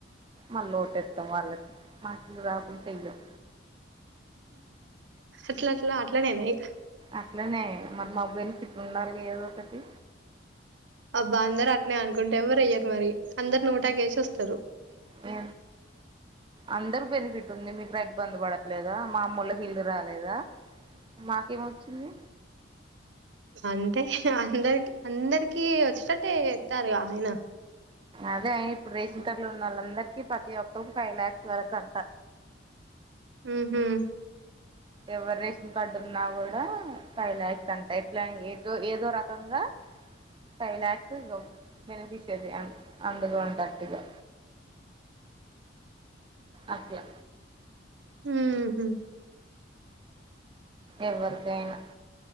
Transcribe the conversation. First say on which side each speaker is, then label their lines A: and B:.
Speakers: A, on the right (about 25°); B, on the right (about 70°).
A: మళ్ళీ ఓటెత్తం వాళ్ళకి, మాకు ఇల్లు రాకుంటే ఇయ్యం
B: అట్ల ఎట్లా, అట్ల నేనా ఇగ
A: అట్లనే మరి మాక్ బెనిఫిట్ ఉండాలి కదా ఏదో ఒకటి
B: అబ్బా అందరు అట్నే అనుకుంటే ఎవరు ఎయ్యారు మరి అందరు నోటాకేషి వస్తారు
A: ఏ అందరిక్ బెనిఫిట్ ఉంది మీకు రైతుబంధు పడ లేదా మా అమ్మోలాక్ ఇల్లు రాలేదా మాకేమొచ్చింది
B: అంటే, అందరికి అందరికి వచ్చేటట్టే చెత్తారుగా ఆయన
A: అదే అయిన ఇప్పుడు రేషన్ కార్డులున్నోల్ అందరికి ప్రతి ఒక్కరికి ఫైవ్ లాక్స్ వరకు అంటా
B: మ్మ్హ్హ్
A: ఎవరు రేషన్ కార్డు ఉన్నా కూడా ఫైవ్ లాక్స్ అంటా ఎట్లా ఏదో ఏదో రకంగా ఫైవ్ లాక్స్ ఇ బెనెఫిషరీ అంద్ అందులో ఉంటట్టుగా అట్ల
B: మ్మ్హ్హ్
A: ఎవరికైనా